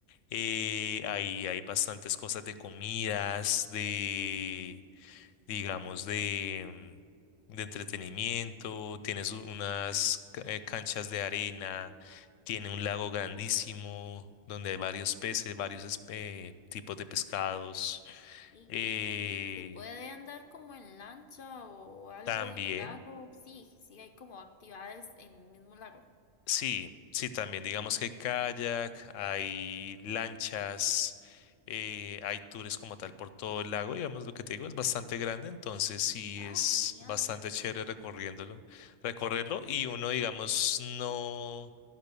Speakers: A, on the left; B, on the left.
A: eh, ahí hay bastantes cosas de comidas, de digamos, de, mm, de entretenimiento, tienes u- unas ca- eh, canchas de arena, tiene un lago grandísimo donde hay varios peces, varios espe- tipos de pescados.
B: Y,
A: eh,
B: y se puede andar como en lancha o algo
A: también.
B: en el lago. Sí, sí hay como actividades en el mismo lago.
A: Sí, sí, también digamos que hay kayak, hay lanchas, eh, hay tours como tal por todo el lago, digamos lo que te digo, es bastante grande, entonces sí
B: Ah,
A: es
B: genial.
A: bastante chévere recorriéndolo, recorrerlo y uno digamos no,